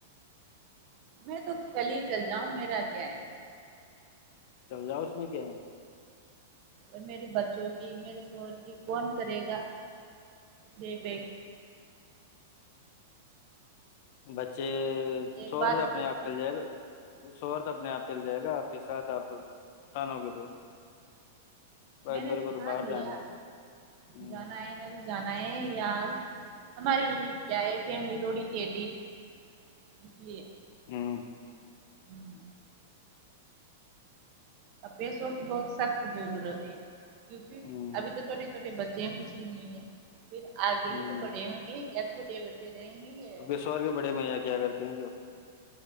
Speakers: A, on the right; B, on the left.
A: میں تو کل ہی چل جاؤں میرا کیا ہے
B: چل جاؤ اس میں کیا
A: اور میرے بچوں کی میرے شوہر کی کون کرے گا دیکھ ویکھ
B: بچے
A: ایک
B: سو
A: بات
B: ر سے اپنے
A: بولوں
B: آپ چل جائے گا اس اورت اپنے آپ چل جائے گا آپ کے ساتھ آپ کان ہو گ تو بائی
A: میں نے
B: میرے کو تو
A: ٹھان
B: باہر
A: لیا
B: جانا ہے ہ
A: جانا ہے نا جانا ہے یار ہماریے کیا ہے فیملی توڑی ت ہے ڈ اس لیے
B: ہوں
A: ہوں اور پیسوں کی بہت سخت ضرورتیں کیونکہ
B: ہ
A: ابھی تو چھوٹے چھوٹے بچے ہیں کچھ بھی نہیں ہے پھر آگے
B: ہ
A: بھی تو بڑے ہوں گے کیا چھوٹے بچے رہیں گے کیا
B: ور کے بڑے میا کیا کرتے ہیں جو